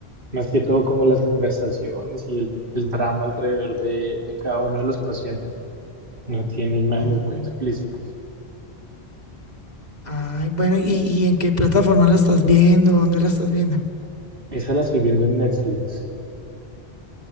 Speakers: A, on the right (about 55°); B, on the left (about 40°).
A: más que todo como las conversaciones y el, el drama alrededor de de cada uno de los pacientes. No tiene imágenes
B: Oh,
A: muy explícitas.
B: Ay, bueno, ¿y, y en qué plataforma la estás viendo? ¿Dónde la estás viendo?
A: Esa la estoy viendo en Netflix.